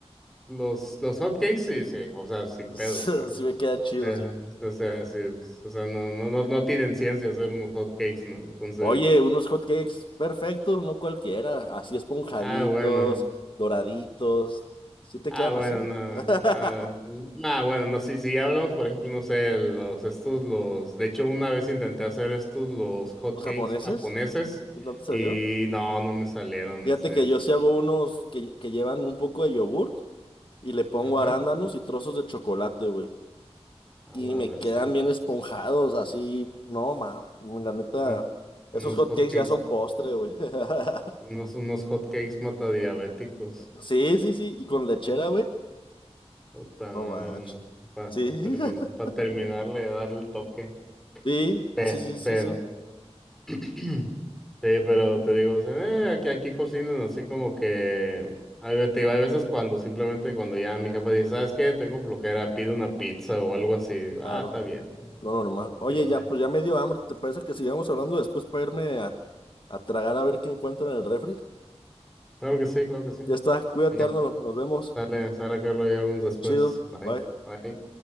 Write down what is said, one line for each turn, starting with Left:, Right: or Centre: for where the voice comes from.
Centre: los, los hotcakes sí, sí, o sea, sin
Left: <laughs>
Centre: pedos.
Left: Sí
Centre: ah.
Left: me quedan chidos,
Centre: Eh,
Left: sí.
Centre: o sea, sí, es- o sea, no, no, no, no tienen ciencia hacer unos hot cakes, ¿no? Entonces,
Left: Oye, unos hot cakes perfectos, no cualquiera. Así esponjaditos,
Centre: ah, bueno,
Left: doraditos. ¿Sí te
Centre: ah,
Left: quedan
Centre: bueno,
Left: así?
Centre: no,
Left: <laughs>
Centre: ah, ah, bueno, no, si, si hablamos, por ejemplo, no sé, los, estos, los, de hecho, una vez intenté hacer estos, los hot
Left: ¿Los
Centre: cakes
Left: japoneses?
Centre: japoneses,
Left: ¿No te salieron?
Centre: y no, no me salieron,
Left: Fíjate
Centre: entonces,
Left: que yo sí hago unos que, que llevan un poco de yogurt y le pongo
Centre: ajá,
Left: arándanos y trozos de chocolate, güey.
Centre: a
Left: y
Centre: la
Left: me
Centre: bestia,
Left: quedan bien esponjados, así, no, ma, la neta,
Centre: un- unos
Left: esos hot
Centre: hot
Left: cakes
Centre: cakes,
Left: ya son postre, güey. <laughs>
Centre: unos, unos hot cakes matadiabéticos,
Left: Sí, sí, sí, y con lechera, güey.
Centre: puta
Left: No
Centre: madre,
Left: manches.
Centre: no, para
Left: Sí,
Centre: terminar,
Left: <laughs>
Centre: para terminarle de dar el toque.
Left: sí,
Centre: Eh,
Left: sí, sí, sí,
Centre: pero,
Left: sí,
Centre: <clears throat> sí, pero te digo, o sea, eh, aquí, aquí cocinan así como que, hay, ve- te digo, hay veces cuando simplemente cuando ya mi jefa dice, ¿sabes qué? Tengo flojera, pido una pizza o algo así. Digo,
Left: claro,
Centre: Ah, está bien.
Left: lo normal. Oye,
Centre: Y pues
Left: ya,
Centre: ahí-
Left: pues ya me dio hambre, ¿te parece que sigamos hablando después para irme a, a tragar a ver qué encuentro en el refri?
Centre: Claro que sí, claro que sí.
Left: Ya está, cuídate,
Centre: Y Ya,
Left: Arnold, nos vemos.
Centre: sale, sale, Carlos, y hablamos después.
Left: Chido,
Centre: Bye,
Left: bye.
Centre: bye.